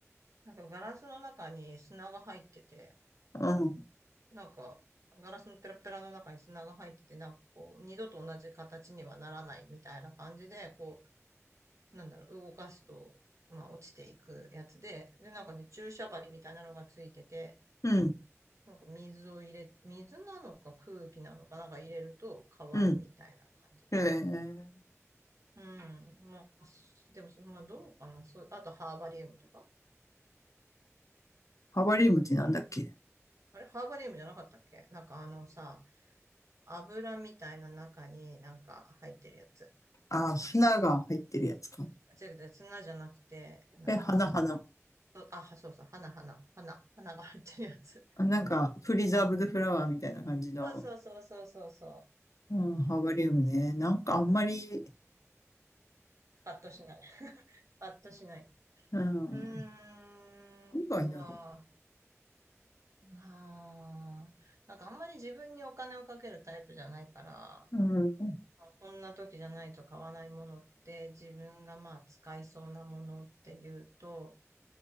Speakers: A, on the right; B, on the left.
A: なんかガラスの中に砂が入ってて、
B: うん、
A: なんかガラスのペラペラの中に砂が入ってて、なんかこう、二度と同じ形にはならないみたいな感じで、こう、なんだろう、動かすと、まあ落ちていくやつで、で、なんかね、注射針みたいなのがついてて、
B: うん、
A: なんか水を入れ、水なのか空気なのかなんか入れると変わるみたいな感じで。
B: うん。えー、
A: うん。まあ、すでも、まあどうかな。そう、あとハーバリウムとか。
B: ハバリウムってなんだっけ
A: あれ、ハーバリウムじゃなかったっけなんかあのさ、油みたいな中になんか入ってるやつ。
B: あー、花が入ってるやつか。
A: 違う違う、砂じゃなくて、なんか、
B: え、花、花。
A: あ、そうあそうそう、花、花、花、花が入ってるやつ。
B: あなんか、プリザーブドフラワーみたいな感じの、
A: <laughs> そうそうそうそうそうそ
B: うん、ハーバリウムね。なんかあんまり、
A: う。うん。パッとしない。パッとしない。
B: うん、
A: うーんとは、
B: 何がいいんだろ
A: まあ、なんかあんまり自分にお金をかけるタイプじゃないから、ま
B: う。うん、
A: あこんな時じゃないと買わないものって自分がまあ使いそうなものっていうと、